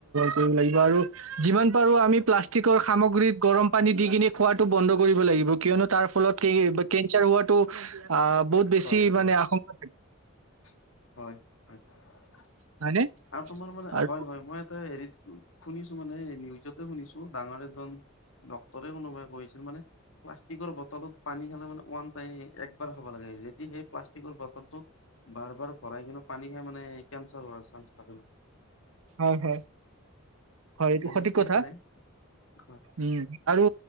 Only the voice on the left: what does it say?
হয় হয়
আৰু
তোমাৰ মানে
হয় হয় মই এটা হেৰি শুনিছো মানে নিউজতে শুনিছো ডাঙৰ এজন ডক্তৰে কোনোবাই কৈছিল মানে প্লাষ্টিকৰ বটলত পানী খালে মানে ওৱান টাইম একবাৰ খাব লাগে যদি সেই প্লাষ্টিকৰ বটলটোত বাৰ বাৰ ভৰাই কিন্তু পানী খালে মানে কেঞ্চাৰ হোৱাৰ চান্স থাকে
মানে
সেইটোৱে
মানে হয়